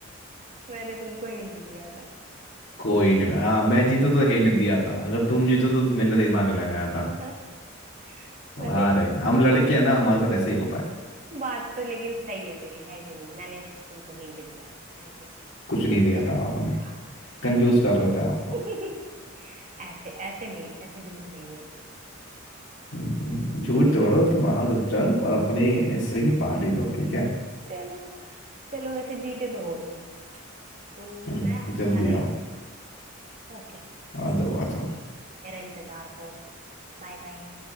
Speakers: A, on the right (about 40°); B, on the left (about 60°).
A: मैंने तुमको हिंट दिया था
B: कोई हिंट हाँ मैं जीतो तो हिंट दिया था अगर तुम जीतो तो मैंने दिमाग लगाया था
A: <laughs>
B: वाह
A: वैसे <laughs>
B: रे हम लड़के हैं ना हमारे साथ ऐसे ही होता है
A: बात तो लेकिन सही है मेरी है कि नहीं मैंने तुमको हिंट दिया था है कि नहीं
B: कुछ नहीं दिया था आपने
A: हाँ।
B: कंफ्यूज कर रहे थे आपको
A: <laughs> ऐसे ऐसे नहीं ऐसे झूठ नहीं बोलते
B: हम्म, हम्म, झूठ
A: <laughs>
B: तोड़ो तुम आओ चुपचाप और अपने हिस्से की पार्टी दो ठीक है
A: चलो चलो वैसे जीते तो हो तुम तो
B: हम्म,
A: मैं
B: जल्दी
A: आ रही
B: आओ
A: हूँ ओके जस्ट
B: आ जाओ आ जाओ
A: मेरा इंतजार करो Bye bye